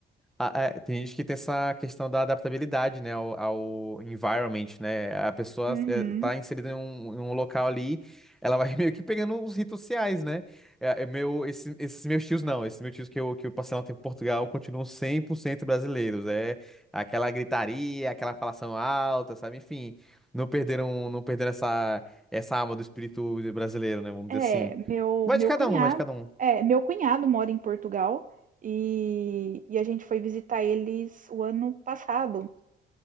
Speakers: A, in the centre; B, on the right.
A: A- a- tem gente que tem essa questão da adaptabilidade, né, ao, ao environment, né? A pessoa
B: Uhum.
A: eh, tá inserida em um, em um local ali, ela vai <laughs> meio que pegando os ritos sociais, né? É, é meu, esse- esses meus tios não, esses meus tios que eu, que eu passei lá um tempo em Portugal continuam 100% brasileiros. É aquela gritaria, aquela falação alta, sabe? Enfim, não perderam, não perderam essa, essa alma do espírito brasileiro, né? Vamos dizer
B: É,
A: assim.
B: meu
A: Vai
B: meu
A: de cada
B: cunhado
A: um, vai de cada um.
B: é, meu cunhado mora em Portugal, e e a gente foi visitar eles o ano passado.